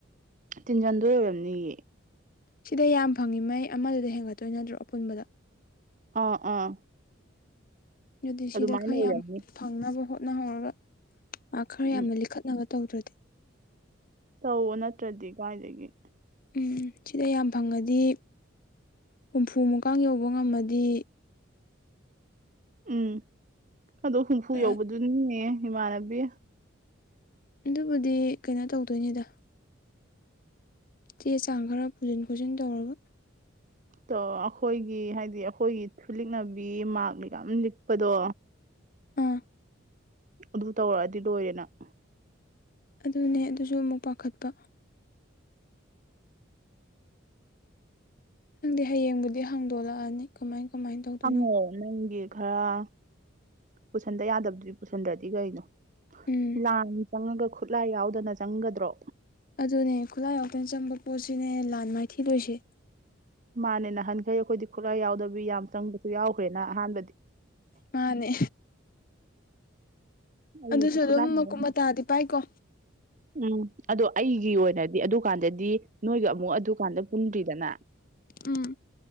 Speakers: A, on the right (about 40°); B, on the left (about 45°).
A: ꯇꯤꯟꯖꯟꯗꯣꯏ ꯑꯣꯏꯔꯝꯅꯤꯌꯦ
B: ꯁꯤꯗ ꯌꯥꯝ ꯐꯪꯉꯤ ꯃꯩ ꯑꯃꯗꯨꯗ ꯍꯦꯟꯒꯠꯇꯣꯏ ꯅꯠꯇ꯭ꯔꯣ ꯑꯄꯨꯟꯕꯗ
A: ꯑꯥ ꯑꯥ
B: ꯑꯗꯨꯗꯤ ꯁꯤꯗ
A: ꯑꯗꯨꯃꯥꯏꯅ
B: ꯈꯔ
A: ꯑꯣꯏꯔꯝꯅꯤ
B: ꯌꯥꯝ ꯐꯪꯅꯕ ꯍꯣꯠꯅꯍꯧꯔꯒ ꯑꯥ ꯈꯔ
A: ꯎꯝ
B: ꯌꯥꯝꯅ ꯂꯤꯈꯠꯅꯕ ꯇꯧꯗ꯭ꯔꯗꯤ
A: ꯇꯧꯋꯣ ꯅꯠꯇ꯭ꯔꯗꯤ ꯀꯥꯏꯗꯒꯤ
B: ꯎꯝ ꯁꯤꯗ ꯌꯥꯝ ꯐꯪꯉꯗꯤ ꯍꯨꯝꯐꯨꯃꯨꯛꯀ ꯌꯧꯕ ꯉꯝꯃꯗꯤ
A: ꯎꯝ ꯑꯗꯣ ꯍꯨꯝꯐꯨ
B: ꯈꯔ
A: ꯌꯧꯕꯗꯨꯅꯦ ꯏꯃꯥꯟꯅꯕꯤ
B: ꯑꯗꯨꯕꯨꯗꯤ ꯀꯩꯅꯣ ꯇꯧꯗꯣꯏꯅꯤꯗ ꯆꯦ ꯆꯥꯡ ꯈꯔ ꯄꯨꯖꯤꯟ ꯈꯣꯠꯆꯤꯟ ꯇꯧꯔꯒ
A: ꯇꯣ ꯑꯩꯈꯣꯏꯒꯤ ꯍꯥꯏꯗꯤ ꯑꯩꯈꯣꯏꯒꯤ ꯊꯨꯂꯤꯛꯅꯕꯤ ꯃꯥꯛꯅ ꯌꯥꯝ ꯂꯤꯛꯄꯗꯣ
B: ꯑ
A: ꯑꯗꯨ ꯇꯧꯔꯛꯑꯗꯤ ꯂꯣꯏꯔꯦ ꯅꯪ
B: ꯑꯗꯨꯅꯦ ꯑꯗꯨꯁꯨ ꯑꯃꯨꯛ ꯄꯥꯈꯠꯄ ꯈꯪꯗꯦ ꯍꯌꯦꯡꯕꯨꯗꯤ ꯍꯥꯡꯗꯣꯛꯂꯛꯑꯅꯤ ꯀꯃꯥꯏꯅ ꯇꯧꯗꯣꯏꯅꯣ
A: ꯍꯪꯉꯣ ꯅꯪꯒꯤ ꯈꯔ ꯄꯨꯁꯟꯗ ꯌꯥꯗꯕꯗꯨꯗꯤ ꯄꯨꯁꯟꯗ꯭ꯔꯗꯤ ꯀꯩꯅꯣ
B: ꯎꯝ
A: ꯂꯥꯟ ꯆꯪꯉꯒ ꯈꯨꯠꯂꯥꯏ ꯌꯥꯎꯗꯅ ꯆꯪꯒꯗ꯭ꯔꯣ
B: ꯑꯗꯨꯅꯦ ꯈꯨꯠꯂꯥꯏ ꯌꯥꯎꯗꯅ ꯆꯪꯝꯕ ꯄꯣꯠꯁꯤꯅꯦ ꯂꯥꯟ ꯃꯥꯏꯊꯤꯗꯣꯏꯁꯦ
A: ꯃꯥꯅꯦ ꯅꯍꯟꯈꯩ ꯑꯩꯈꯣꯏꯗꯤ ꯈꯨꯠꯂꯥꯏ ꯌꯥꯎꯗꯕꯤ ꯌꯥꯝ ꯆꯪꯕꯁꯨ ꯌꯥꯎꯈ꯭ꯔꯦꯅ ꯑꯍꯥꯟꯕꯗꯤ
B: ꯃꯥꯅꯦ
A: ꯑꯩꯅꯁꯨ
B: ꯑꯗꯨꯁꯨ ꯑꯗꯨꯝ
A: ꯈꯨꯠꯂꯥꯏ
B: ꯃꯀꯨꯞ
A: ꯌꯥꯎ-
B: ꯃꯇꯥꯗꯤ ꯄꯥꯏꯀꯣ
A: ꯎꯝ ꯑꯗꯣ ꯑꯩꯒꯤ ꯑꯣꯏꯅꯗꯤ ꯑꯗꯨꯀꯥꯟꯗꯗꯤ ꯅꯣꯏꯒ ꯑꯃꯨꯛ ꯑꯗꯨꯀꯥꯟꯗ ꯄꯨꯟꯗ꯭ꯔꯤꯗꯅ
B: ꯎꯝ